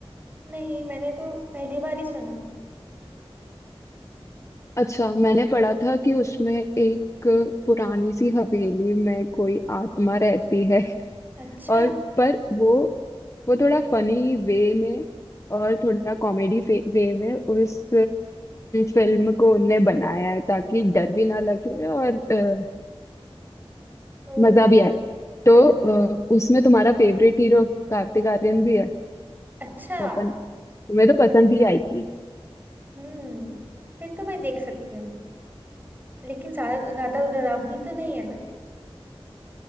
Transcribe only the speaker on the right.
नहीं मैंने तो पहली बार ही सुना
अच्छा
ओ
अच्छा
हम्म फिर तो मैं देख सकती हूँ लेकिन ज्यादा ज्यादा डरावनी तो नहीं है ना